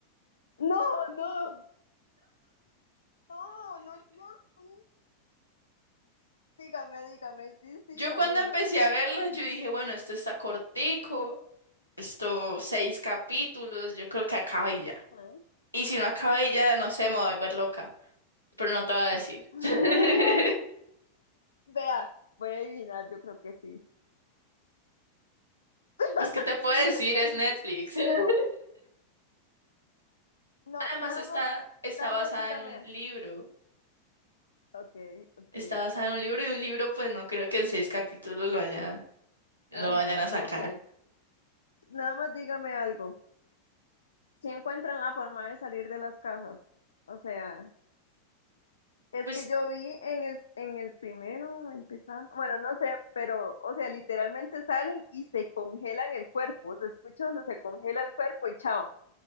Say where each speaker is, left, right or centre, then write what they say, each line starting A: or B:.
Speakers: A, on the left (about 70°); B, on the left (about 85°).
A: No, no, no, no, no, sí. Dígame, dígame, sí, sí
B: Yo
A: o
B: cuando
A: no,
B: empecé
A: no.
B: a verla, yo dije, bueno, esto está cortico, esto seis capítulos, yo creo que acaba y ya.
A: ¿Ah?
B: Y si no acaba y ya, no sé, me voy a volver loca, pero no te voy a decir.
A: Ah.
B: <laughs>
A: Vea, voy a adivinar, yo creo que sí. <laughs>
B: Pues, ¿qué te puedo
A: Sí,
B: decir?
A: ¿verdad?
B: Es Netflix. <laughs>
A: No,
B: Además
A: nada
B: está,
A: más,
B: está
A: nada
B: basada
A: más dígame.
B: en un libro.
A: Ok, ok,
B: Está basada en
A: ok.
B: un libro y un libro, pues no creo que en seis capítulos lo vayan, lo
A: Ajá,
B: vayan a sacar.
A: ok. Nada más dígame algo. Si encuentran la forma de salir de las casas. O sea, es
B: Pues,
A: que yo vi en el, en el primero, empezando, bueno, no sé, pero, o sea, literalmente salen y se congelan el cuerpo. Se escucha donde se congela el cuerpo y chao,